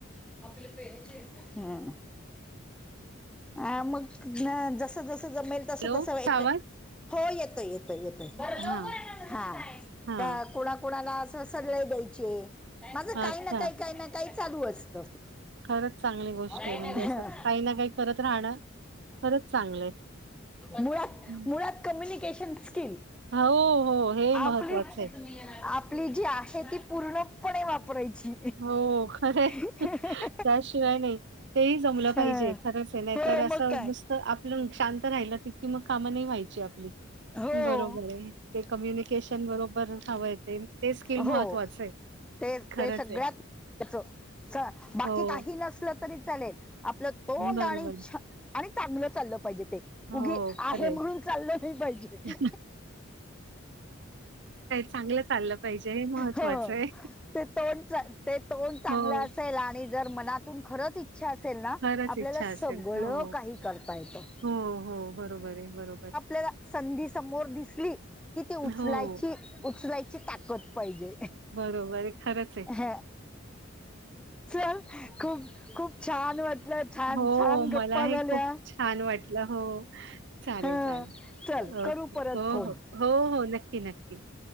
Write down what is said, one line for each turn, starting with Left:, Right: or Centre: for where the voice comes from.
Centre: <unintelligible> हम्म. आ मग ना जस जस जमेल तसं
Right: हॅलो
Centre: तसं एक
Right: ता वाज
Centre: हो येतो येतो येतोय जरा लवकर
Right: हां,
Centre: यांना
Right: हां.
Centre: त्या कोणा कोणाला अस सल द्यायचे माझं
Right: अच्छा.
Centre: काही ना काही काही ना काही चालू असत.
Right: खरंच चांगली गोष्ट
Centre: हा हा.
Right: आहे. म्हणजे असं काही ना काही करत राहणं खरंच चांगलं आहे.
Centre: मुळात
Right: हं.
Centre: मुळात कम्युनिकेशन स्किल
Right: हो, हो. हे
Centre: आपली
Right: महत्वाचं आहे.
Centre: आपली जी आहे ती पूर्णपणे वापरायची.
Right: हो खरे हे.
Centre: हा.
Right: त्यायशिवाय नाही. तेही जमलं
Centre: हं.
Right: पाहिजे खरंच हे नाही
Centre: हो
Right: तर असं
Centre: मग काय
Right: नुसतं आपलं शांत राहिलं की कि मग काम नाही व्हायची आपली.
Centre: हा! हो
Right: बरोबर आहे ते कम्युनिकेशन बरोबर हवंयेत ते स्किल
Centre: हो
Right: महत्त्वाचं आहे.
Centre: ते
Right: खरंच
Centre: ते सगळ्यातच
Right: आहे.
Centre: बाकी
Right: हो,
Centre: काही नसलं तरी चालेल आपलं. तोंड
Right: बरोबर.
Centre: आणिछ आणि चांगलं चाललं पाहिजे ते
Right: हो,
Centre: उगी
Right: खरं
Centre: आहे म्हणून चाललं नाही पाहिजे
Right: खरं आहे. चांगलं चाललं पाहिजे हे महत्वाचं
Centre: हो
Right: आहे.
Centre: ते तोंड ते तोंड चांगलं
Right: हो,
Centre: अस ते आणि जर मनातून खरचछ इच्छा असेल ना
Right: खरंच
Centre: आपल्याला
Right: इच्छा
Centre: सगळं
Right: असेल. हो.
Centre: काही करता येतं.
Right: हो हो बरोबर ये बरोबर ये.
Centre: तर संधी समोर दिसली कि ते उचलायची
Right: हो,
Centre: उचलायची ताकद पाहिजे.
Right: दो बारे खरंच हे.
Centre: ह च खूप खूप छान वाटलं. छान
Right: हो
Centre: छान
Right: हो
Centre: गप्पा
Right: मलाही
Centre: झाल्या
Right: खूप छान वाटलं हो चालेल
Centre: ह
Right: चालेल.
Centre: चल
Right: ओके
Centre: करू परत
Right: हो
Centre: फोन
Right: हो हो हो नक्की नक्की